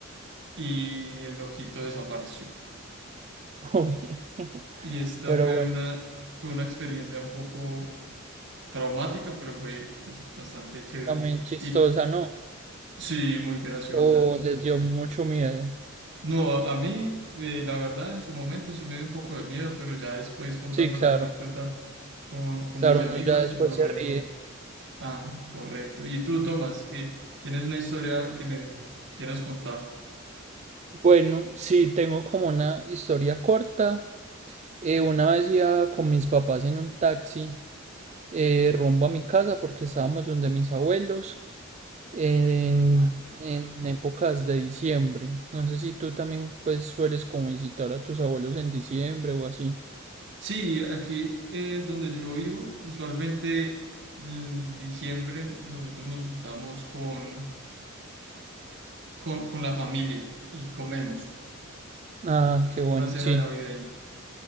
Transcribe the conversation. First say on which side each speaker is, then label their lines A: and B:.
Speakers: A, on the right; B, on the right.
A: y el loquito desapareció.
B: <laughs> uy.
A: Y esta
B: Pero
A: fue
B: bueno,
A: una, fue una experiencia un poco traumática, pero fue pues, bastante chévere.
B: también chistosa,
A: Y
B: ¿no?
A: sí, muy graciosa.
B: O les dio mucho miedo.
A: No, a a mí, eh, la verdad, en su momento sí me dio un poco de miedo, pero ya después contando
B: Sí, claro,
A: la anécdota con, con
B: claro,
A: mis amigos
B: uno ya después
A: nos
B: se
A: reímos
B: ríe.
A: mucho. Ah, correcto. Y tú, Tomás, que tienes una historia que me quieras contar.
B: Bueno, sí, tengo como una historia corta. Eh, una vez iba con mis papás en un taxi eh, rumbo a mi casa porque estábamos donde mis abuelos en, en épocas de diciembre. No sé si tú también pues sueles como visitar a tus abuelos en diciembre o así.
A: Sí, aquí eh, donde yo vivo, usualmente en diciembre nosotros nos juntamos con, con, con la familia y comemos.
B: Ah,
A: Hacemos
B: qué bueno,
A: una cena
B: sí,
A: navideña.